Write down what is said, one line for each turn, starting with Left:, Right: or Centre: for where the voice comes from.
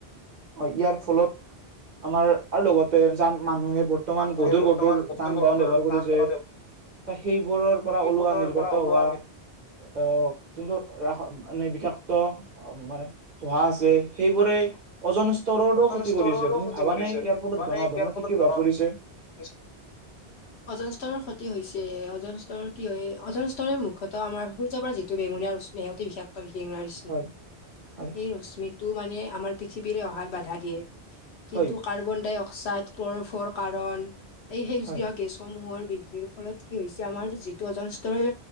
Right: হয়, ইয়াৰ ফলত আমাৰ আৰু লগতে যান মানুহে বৰ্তমান
Left: মানুহে
Right: গধুৰ
Left: বৰ্তমান
Right: গধুৰ যান
Left: গধুৰ
Right: বাহন ব্যৱহাৰ কৰি
Left: যান
Right: আছে।
Left: বাহন
Right: ত' সেইবোৰৰ পৰা
Left: সেইবোৰৰ
Right: ওলোৱা নিৰ্গত
Left: পৰা ওলোৱা
Right: হোৱা অহ যোনবোৰ হ মানে বিষাক্ত মানে ধূৱা আছে সেইবোৰে অজন স্তৰৰো
Left: অজন
Right: ক্ষতি
Left: স্তৰৰো
Right: কৰি আছে তুমি
Left: ক্ষতি
Right: ভাবা
Left: কৰিছে
Right: নে ইয়াৰ ফলত
Left: মানে
Right: জনসাধাৰণৰ
Left: ইয়াৰ ফলত
Right: কি কি
Left: জন
Right: প্ৰভাৱ পৰি আছে।
Left: <inaudible> অজন স্তৰৰ ক্ষতি হৈছে অজন স্তৰৰ কি হয় অজন স্তৰে মূখ্যতো আমাৰ সূৰ্যৰ পৰা যি টো বেঙুনীয়া ৰশ্মি অতি বিষাক্ত বিশেষ
Right: হয়, হয়।
Left: এই ৰশ্মিটো মানে আমাৰ পৃথিৱীৰে অহাত বাধা দিয়ে কিন্তু
Right: হয়
Left: কাৰ্বন ডাই অ ক্সাইড ক্ল'ৰ'ফ্ল'ৰ' কাৰণ এই সেউজীয়া
Right: হয়
Left: গেছ সমূহৰ বৃদ্ধিৰ ফলত কি হৈছে আমাৰ যিটো অজন স্তৰৰ